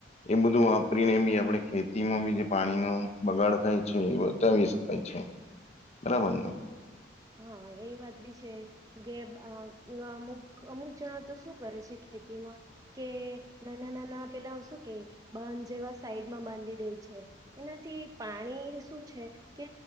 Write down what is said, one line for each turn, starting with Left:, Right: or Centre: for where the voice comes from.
Left: એ બધું છોકરીને <unintelligible> બી આપે ખેતીમાં બી જે પાણીનો બગાડ થાય છે એ બચાવી શકાય છે. બરાબરને!
Right: હા, એ વાત બી છે કે અમુક અમુક જણા તો શું કરે છે ખેતીમાં કે નાના નાના પેલા શું કે બંધ જેવા સાઈડમાં બાંધી દે છે. એનાથી પાણી શું છે. કે